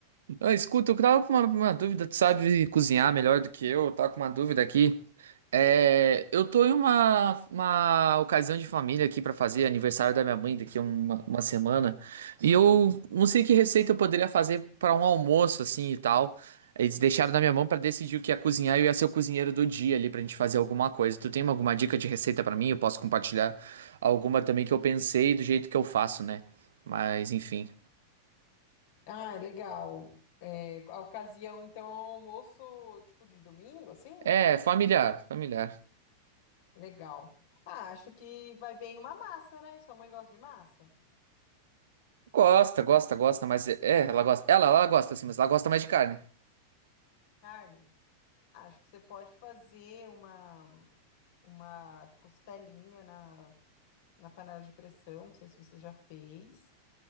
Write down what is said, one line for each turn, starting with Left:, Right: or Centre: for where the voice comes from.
Right: Ah, escuta, eu tava com uma, uma dúvida, tu sabe cozinhar melhor do que eu, eu tava com uma dúvida aqui. É, eu tô em uma, uma ocasião de família aqui pra fazer aniversário da minha mãe daqui a uma, uma semana. E eu não sei que receita eu poderia fazer pra um almoço assim e tal. Eles deixaram na minha mão pra decidir o que ia cozinhar e eu ia ser o cozinheiro do dia ali pra gente fazer alguma coisa. Tu tem alguma dica de receita pra mim? Eu posso compartilhar alguma também que eu pensei do jeito que eu faço, né? Mas enfim.
Left: Ah, legal. É, a ocasião, então, é um almoço tipo de domingo, assim?
Right: É, familiar, familiar.
Left: Legal. Ah, acho que vai bem uma massa, né? Sua mãe gosta de massa?
Right: Gosta, gosta, gosta, mas é, ela gosta. Ela, ela gosta assim, mas ela gosta mais de carne.
Left: Carne? Ah, acho que você pode fazer uma, uma costelinha na, na panela de pressão, não sei se você já fez,